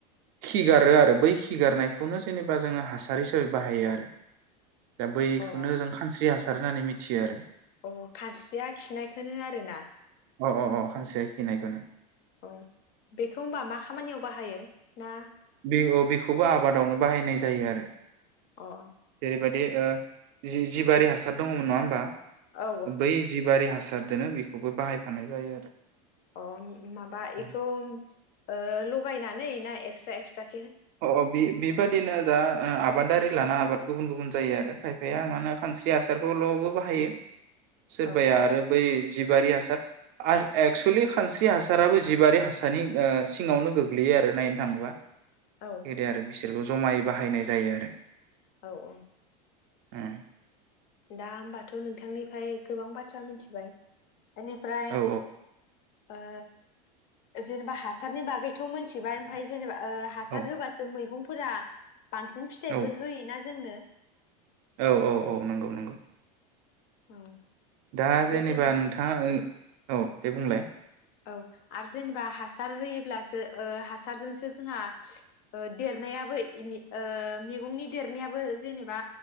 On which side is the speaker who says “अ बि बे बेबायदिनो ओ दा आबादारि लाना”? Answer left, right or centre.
Right